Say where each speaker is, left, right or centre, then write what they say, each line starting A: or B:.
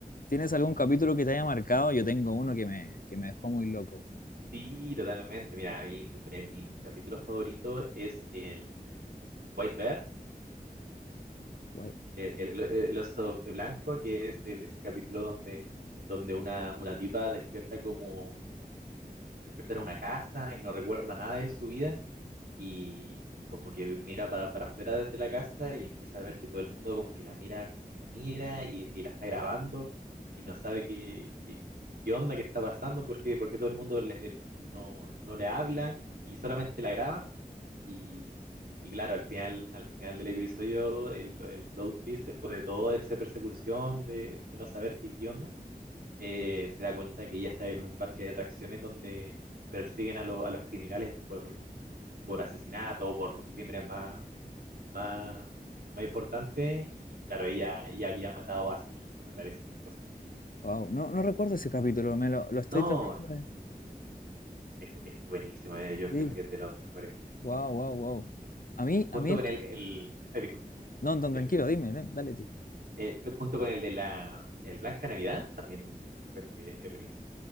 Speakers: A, on the left (about 65°); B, on the right (about 80°).
A: ¿Tienes algún capítulo que te haya marcado? Yo tengo uno que me, que me dejó muy loco.
B: Sí, totalmente. Mira, a mí, de mi capítulo favorito es el White Bear
A: Guay,
B: el, el- el oso blanco, que es el- ese capítulo donde, donde una, una tipa despierta como, despierta en una casa y no recuerda nada de su vida y, y como que mira para, para afuera de de la casa y empieza a ver que todo el mundo como que la mira, la mira y, y la está grabando y no sabe qué, qué, qué onda, qué está pasando, porque, porque todo el mundo le- no, no le habla y solamente
A: wow,
B: la graban. Y, y claro, al final, al final del episodio, el, el plot twist, después de toda esa persecución de, de no saber qué, qué onda, eh, se da cuenta que ella está en un parque de atracciones donde persiguen a, lo- a los criminales por, por asesinato, por crímenes más, más, más importantes. Y claro, ella, ella había matado a su hija, me parece una cosa así.
A: wow. No, no recuerdo ese capítulo, me lo, lo estoy
B: No,
A: tratando de...
B: es, es buenísimo, eh, yo encuentro
A: Sí,
B: que es de los mejores.
A: wow, wow, wow. A mí, a
B: Junto
A: mí el
B: con
A: que...
B: el... el... ay, disculpa,
A: No, no,
B: dime.
A: tranquilo, dime, de- dale tú.
B: El- junto con el de la el Blanca Navidad, también encuentro que es buenísimo.